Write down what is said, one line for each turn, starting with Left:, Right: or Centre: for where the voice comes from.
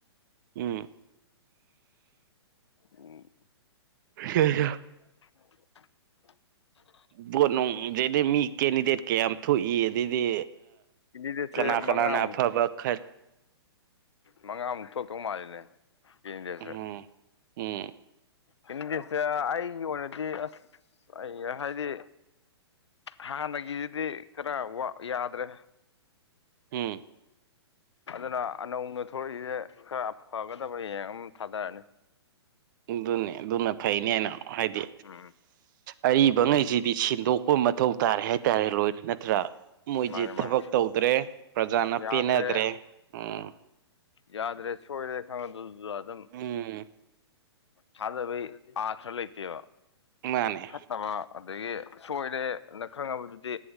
Right: ꯎꯝ
Left: ꯎꯝ
Right: ꯑꯣꯆꯥ
Left: ꯎꯝ
Right: ꯕꯣꯠ ꯅꯨꯡꯖꯩꯗ ꯃꯤ ꯀꯦꯟꯗꯤꯗꯦꯠ ꯀꯌꯥꯝ ꯊꯣꯛꯏ ꯑꯗꯩꯗꯤ
Left: ꯀꯦꯟꯗꯤꯗꯦꯠꯁꯦ
Right: ꯀꯅꯥ ꯀꯅꯥꯅ
Left: ꯃꯉꯥꯃꯨꯛ
Right: ꯑꯐꯕ ꯈ
Left: ꯃꯉꯥꯃꯨꯛ ꯊꯣꯛꯇꯧ ꯃꯥꯜꯂꯤꯅꯦ ꯀꯦꯟꯗꯤꯗꯦꯠꯁꯦ
Right: ꯎꯝ ꯎꯝ
Left: ꯍꯤꯟꯗꯤꯁꯁꯦ ꯑꯩꯒꯤ ꯑꯣꯏꯅꯗꯤ ꯑꯁ ꯑꯩ ꯍꯥꯏꯗꯤ ꯍꯥꯟꯅꯒꯤꯁꯤꯗꯤ ꯈꯔ ꯌꯥꯗ꯭ꯔꯦ
Right: ꯎꯝ
Left: ꯑꯗꯨꯅ ꯑꯅꯧꯅ ꯊꯣꯛꯂꯛꯏꯁꯦ ꯈꯔ ꯐꯒꯗꯕ ꯌꯦꯡ ꯑꯃ ꯊꯥꯗꯔꯅꯤ
Right: ꯑꯗꯨꯅꯦ ꯑꯗꯨꯅ ꯐꯩꯅꯦꯅ ꯍꯥꯏꯗꯤ
Left: ꯎꯝ
Right: ꯑꯔꯤꯕ ꯉꯩꯁꯤꯗꯤ ꯁꯤꯟꯗꯣꯛꯄ ꯃꯊꯧ ꯇꯥꯔꯦ ꯍꯥꯏꯇꯥꯔꯦ ꯂꯣꯏꯅ ꯅꯠꯇ꯭ꯔꯥ ꯃꯣꯏꯁꯦ
Left: ꯃꯥꯅꯦ
Right: ꯊꯕꯛ
Left: ꯃꯥꯅꯦ
Right: ꯇꯧꯗ꯭ꯔꯦ ꯄ꯭ꯔꯖꯥꯅ
Left: ꯌꯥꯗ꯭ꯔꯦ
Right: ꯄꯦꯟꯅꯗ꯭ꯔꯦ ꯎꯝ
Left: ꯌꯥꯗ꯭ꯔꯦ ꯁꯣꯏꯔꯦ ꯈꯪꯉ ꯑꯗꯨꯗꯨꯗ ꯑꯗꯨꯝ
Right: ꯎꯝ
Left: ꯊꯥꯖꯕꯩ ꯑꯥ ꯈꯔ ꯂꯩꯇꯦꯕ
Right: ꯃꯥꯅꯦ
Left: ꯐꯠꯇꯕ ꯑꯗꯒꯤ ꯁꯣꯏꯔꯦꯅ ꯈꯪꯉꯕꯗꯨꯗꯤ